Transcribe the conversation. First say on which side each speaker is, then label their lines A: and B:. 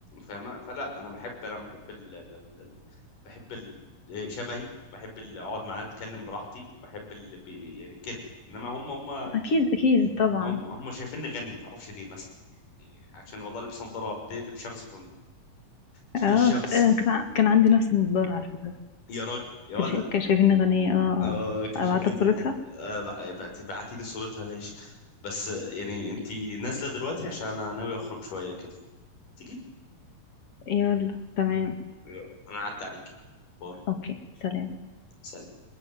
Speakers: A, on the left; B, on the left.
A: فاهمه فلا انا بحب انا بحب ال... ال... ال... ال- بحب ال... آه، شبهي بحب اللي اقعد معاه اتكلم براحتي بحب اللي بي... يعني كده انما هم هم
B: أكيد أكيد طبعا
A: هم, هم شايفيني غني معرفش ليه مثلا يعني عشان والله لبس نظاره بتقلب شمس في في
B: اه
A: الشمس
B: ت- آه، كان ع- كان عندي نفس النضارة على فكرة
A: يا راجل يا
B: كان
A: ولا
B: شا- كان شايفيني غنية اه اه
A: آه كان شايف
B: أبعت
A: ان
B: لك صورتها
A: آه بع- بعت- بعتي لي صورتها ماشي بس آه، يعني انت نازله دلوقتي عشان انا ناوي اخرج شويه كده تيجي
B: يلا تمام
A: يلا انا هعدي عليكي باي
B: اوكي سلام
A: سلام